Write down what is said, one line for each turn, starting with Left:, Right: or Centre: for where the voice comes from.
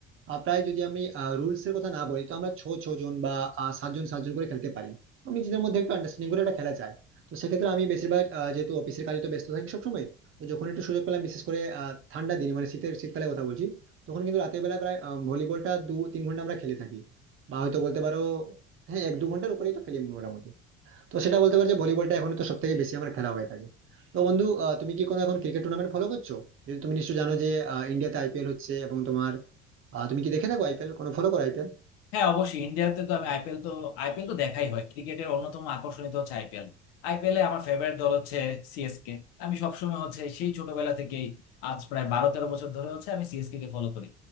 Right: আহ, প্রায় যদি আমি রুলস এর কথা না বলি তো আমরা ছ ছ জন বা আহ, সাতজন সাতজন করে খেলতে পারি তো নিজেদের মধ্যে একটু আন্ডারস্ট্যান্ডিং করে একটা খেলা চাই তো সেক্ষেত্রে আমি বেশিরভাগ আহ, যেহেতু অফিসের কাজে তো ব্যস্ত থাকি সবসময় তো যখন একটু সুযোগ পেলাম বিশেষ করে আহ, ঠান্ডা দিনে মানে শীতের শীতকালের কথা বলছি তখন কিন্তু রাতের বেলা প্রায় আহ, ভলিবলটা দু তিন ঘন্টা আমরা খেলে থাকি বা হয়তো বলতে পারো হ্যাঁ এক দু ঘন্টার উপরেই তো খেলি মোটামুটি তো সেটা বলতে পারো যে ভলিবলটা এখন তো সব থেকে বেশি আমার খেলা হয়ে থাকে তো বন্ধু আহ, তুমি কি কোনো এখন ক্রিকেট টুর্নামেন্ট ফলো করছো যদি তুমি নিশ্চয়ই জানো যে আহ, ইন্ডিয়াতে আইপিএল হচ্ছে এবং তোমার আহ, তুমি কি দেখে থাকো আইপিএল কোনো ফলো করো আইপিএল
Left: হ্যাঁ অবশ্যই ইন্ডিয়াতে তো আমি আইপিএল তো আইপিএল তো দেখাই হয় ক্রিকেটের অন্যতম আকর্ষণীয় তো হচ্ছে আইপিএল আইপিএলে আমার ফেভারিট দল হচ্ছে সিএসকে আমি সবসময় হচ্ছে সেই ছোটবেলা থেকেই আজ প্রায় বারো তেরো বছর ধরে হচ্ছে আমি সিএসকে কে ফলো করি